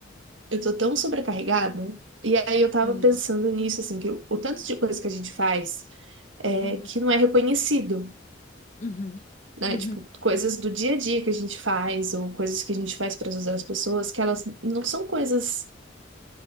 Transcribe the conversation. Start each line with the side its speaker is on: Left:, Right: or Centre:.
Right: eu tô tão sobrecarregada. E aí eu tava
Left: sim.
Right: pensando nisso, assim, que o, o tanto de coisa que a gente faz é
Left: Uhum,
Right: que não é reconhecido,
Left: uhum,
Right: né?
Left: uhum,
Right: Tipo, coisas do dia a dia que a gente faz, ou coisas que a gente faz para ajudar as pessoas, que elas não são coisas.